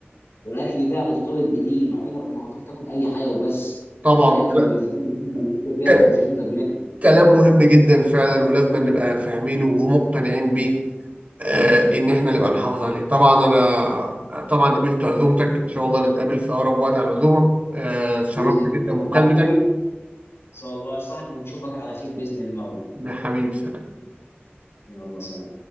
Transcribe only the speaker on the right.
طبعا
ك-
كلام مهم جدا فعلا ولازم نبقى فاهمينه ومقتنعين بيه آه، ان احنا نبقى نحافظ عليه طبعا انا طبعا قبلت عزومتك ان شاء الله نتقابل في اقرب وقت على العزومه آه، اتشرفت
جدا بمكالمتك
حبيبي سلام